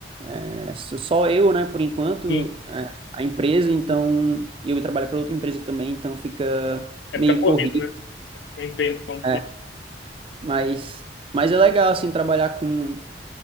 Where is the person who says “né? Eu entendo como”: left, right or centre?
Left